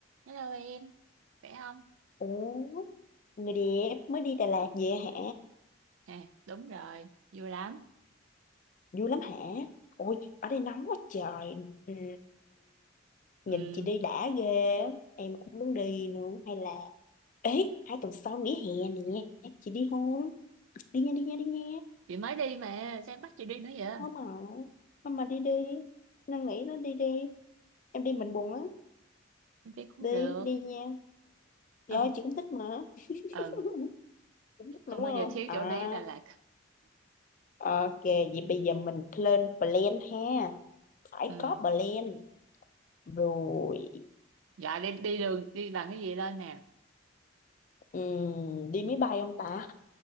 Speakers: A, on the right; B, on the left.
A: Hello em, khỏe không?
B: Ủa, người đẹp mới đi Đà Lạt về hả?
A: À, đúng rồi, vui lắm.
B: Vui lắm hả? Ôi, ở đây nóng quá trời. Ừm,
A: Ừ,
B: nhìn chị đi đã ghê. á. Em cũng muốn đi nữa. Hay là... Ê, hai tuần sau nghỉ hè nè. Chị đi không? Đi nha, đi nha, đi nha.
A: chị mới đi mà, sao em bắt chị đi nữa vậy?
B: Không mà. không mà đi đi. Năn nỉ nó đi đi. Em đi mình buồn lắm.
A: Em đi cũng
B: Đi,
A: được.
B: đi nha. Rồi,
A: <laughs>
B: chị cũng thích mà. <laughs>
A: Ờ, ừ,
B: Cũng thích
A: không
B: mà đúng
A: bao
B: không?
A: giờ thiếu
B: À,
A: chỗ đi ở Đà Lạt.
B: ok. Vậy bây giờ mình lên plan ha. phải
A: Ừ,
B: có plan rồi
A: dạ đi đi đường, đi bằng cái gì lên nè?
B: ừm, đi máy bay không ta